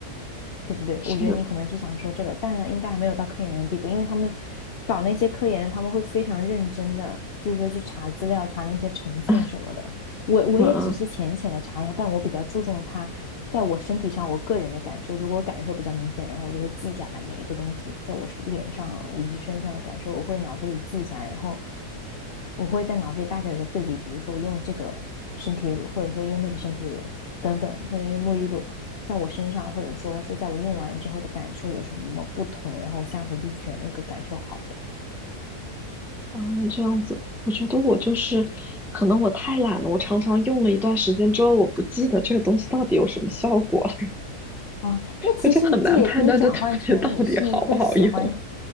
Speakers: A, on the left; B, in the centre.
A: 对不对？
B: 是，
A: 我觉得你可能是想说这个，但应该还没有到科研的地步，因为他们搞那些科研，他们会非常认真的，就是说去查资料、查那些成分什么的。
B: <laughs>
A: 我我也只是浅浅的查一下，
B: 嗯嗯
A: 但我比较注重它在我身体上我个人的感受。如果我感受比较明显，然后我就会记下来每一个东西在我是脸上以及身上的感受，我会脑子里记下来，然后我会在脑子里大概有个对比，比如说我用这个身体乳，或者说用那个身体乳等等，或者沐浴露，在我身上，或者说是在我用完之后的感受有什么不同，然后我下回就选那个感受好的。
B: 嗯，这样子，我觉得我就是可能我太懒了，我常常用了一段时间之后，我不记得这个东西到底有什么效果了
A: 啊，哦那其实这也可以转换成你是一个喜欢
B: 我就很难判断这东西到底好不好用。